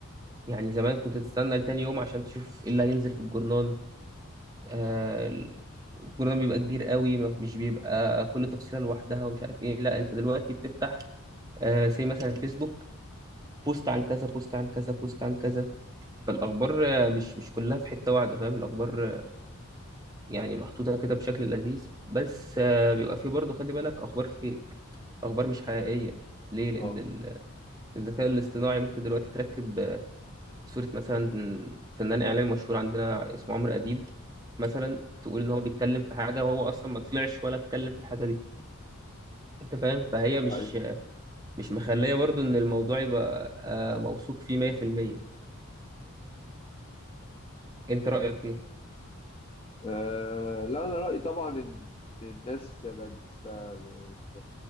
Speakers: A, on the right (about 15°); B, on the left (about 25°).
A: يعني زمان كنت تستنى لتاني يوم عشان تشوف ايه اللي هينزل في الجرنان آه، الجرنان بيبقى كبير قوي ما- مش بيبقى كل تفصيلة لوحدها ومش عارف ايه لا انت دلوقتي بتفتح آه، زي مثلا فيسبوك بوست عن كذا بوست عن كذا بوست عن كذا فالاخبار آه، مش مش كلها في حتة واحدة فاهم الاخبار يعني محطوطة كده بشكل لذيذ بس آه، بيبقى فيه برضه خلي بالك أخبار فيك أخبار مش حقيقية ليه؟ لأن
B: اه
A: ال- الذكاء الاصطناعي ممكن دلوقتي تركب آه، صورة مثلا فنان إعلامي مشهور عندنا اسمه عمرو أديب مثلا تقول إن هو بيتكلم في حاجة وهو أصلا ما طلعش ولا اتكلم في الحاجة دي أنت فاهم؟ فهي مش
B: ايوه
A: مش مخلية برضه إن الموضوع يبقى آه، موثوق فيه 100% أنت رأيك إيه؟
B: آه... لا انا رايي طبعا ان إن الناس بقت بتست... بت...